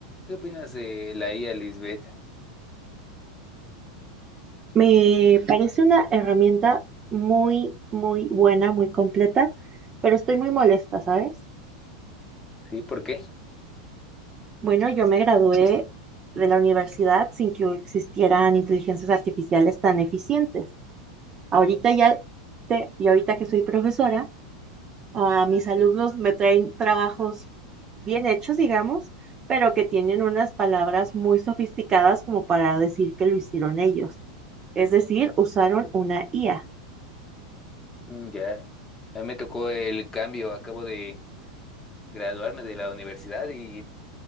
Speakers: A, on the left (about 15°); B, on the right (about 25°).
A: ¿Qué opinas de la IA, Lisbeth?
B: Me parece una herramienta muy, muy buena, muy completa, pero estoy muy molesta, ¿sabes?
A: ¿Sí? ¿Por qué?
B: Bueno, yo me gradué de la universidad sin que existieran inteligencias artificiales tan eficientes. Ahorita ya te- y ahorita que soy profesora, a mis alumnos me traen trabajos bien hechos, digamos, pero que tienen unas palabras muy sofisticadas como para decir que lo hicieron ellos. Es decir, usaron una IA.
A: Mm, Ya, a mí me tocó el cambio, acabo de graduarme de la universidad y